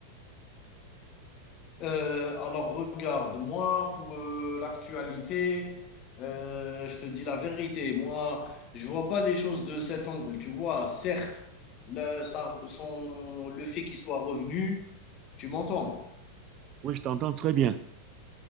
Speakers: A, on the left; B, on the right.
A: Heu, alors regarde, moi pour, heu, l'actualité, heu, je te dis la vérité, moi je vois pas les choses de cet angle, tu vois? Certes, le ça son le fait qu'il soit revenu tu m'entends?
B: Oui, je t'entends très bien.